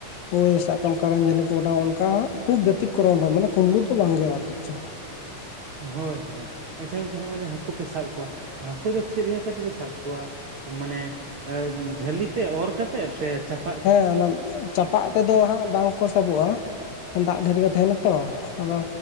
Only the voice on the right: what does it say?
ᱦᱳᱭ ᱦᱳᱭ ᱟᱪᱪᱷᱟ ᱜᱚᱝᱠᱮ ᱱᱚᱜᱼᱚᱭ ᱡᱮ ᱦᱟᱹᱠᱩ ᱯᱮ ᱥᱟᱵ ᱠᱚᱣᱟ ᱦᱟᱹᱠᱩ ᱫᱚ ᱪᱮᱫ ᱞᱮᱠᱟ ᱠᱟᱛᱮ ᱯᱮ ᱥᱟᱵ ᱠᱚᱣᱟ? ᱢᱟᱱᱮ ᱡᱷᱟᱹᱞᱤᱛᱮ ᱚᱨ ᱠᱟᱛᱮᱜ ᱥᱮ ᱪᱟᱯ